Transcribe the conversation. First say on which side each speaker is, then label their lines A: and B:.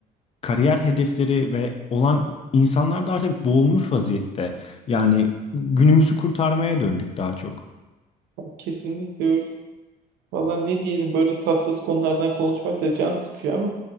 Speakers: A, on the left (about 35°); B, on the right (about 80°).
A: kariyer hedefleri ve olan insanlar da artık boğulmuş vaziyette. Yani günümüzü kurtarmaya döndük daha çok.
B: Kesinlikle öyle. Valla ne diyelim böyle tatsız konulardan konuşmak da can sıkıyor ama